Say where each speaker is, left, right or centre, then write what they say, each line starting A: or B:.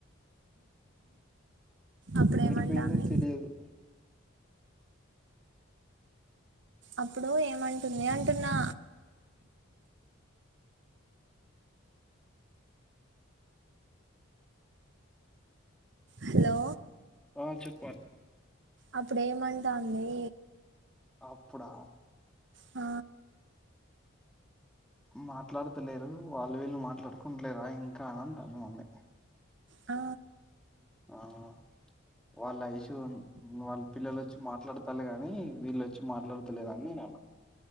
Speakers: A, on the right; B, in the centre.
A: అప్పుడు ఏమంటాంది
B: ఎటు పోయిందొ తెలియదు
A: అప్పుడు ఏమంటుంది అంటున్నా హలో
B: ఆ చెప్పు రా
A: అప్పుడేమంటాంది.
B: అప్పుడా
A: ఆ
B: మాట్లాడతలేరు. వాళ్ళు వీళ్ళు మాట్లాడుకుంటలేరా ఇంకా అంటాది. మమ్మీ
A: ఆ
B: ఆహా వాళ్ళు ఐషు వాళ్ళ పిల్లలు వొచ్చి మాట్లాడతాల్లు గాని వీళ్ళొచ్చి మాట్లాడతలేదని నేను అన్నా